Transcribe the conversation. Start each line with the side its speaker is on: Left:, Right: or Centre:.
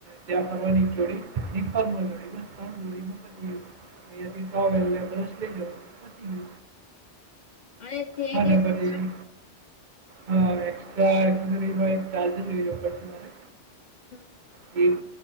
Right: ત્યાં ફરવાની જોડી ફડી <inaudible> ત્રણ જોડી ને યદી ટોવેલ ને બ્રશ લઈ જવાનું
Left: અને તે
Right: હનબી
Left: દિવસે અ
Right: <unintelligible> હ એક્સ્ટ્રા એરી ચાર્જરે
Left: હમ
Right: એ